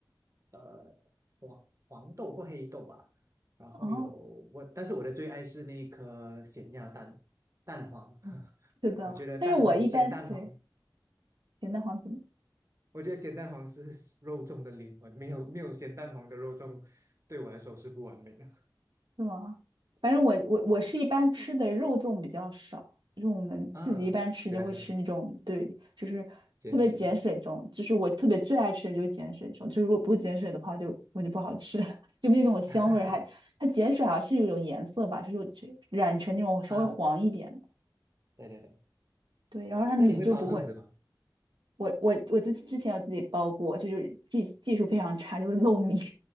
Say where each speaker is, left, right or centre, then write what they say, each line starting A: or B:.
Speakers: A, on the right; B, on the right.
A: 呃黄黄豆或黑豆吧，然后有我，
B: 哦，
A: 但是我的最爱是那颗咸鸭蛋蛋黄，
B: 嗯是的，
A: <laughs> 我觉得蛋黄咸蛋黄，
B: 但是我一般对咸蛋黄怎么？
A: 我觉得咸蛋黄是肉粽的灵魂，没有没有咸蛋黄的肉粽对我来说是不完美的
B: 是吗？反正我我我是一般吃的肉粽比较少，就是我们自己一般吃就会吃那种，
A: 啊，不要想。
B: 对，就是特别碱水粽，
A: 碱水粽。
B: 就是我特别最爱吃的就是碱水粽，就是如果不是碱水的话就，我就不好吃，<laughs> 就没有那种香味儿，
A: <laughs>
B: 还它碱水好像是有种颜色吧，就是有染成那种稍微黄一点的，
A: 啊，对对对，
B: 对，然后它米就不会，
A: 那你会包粽子吗？
B: 我我我之之前有自己包过，就是技技术非常差，就会漏米，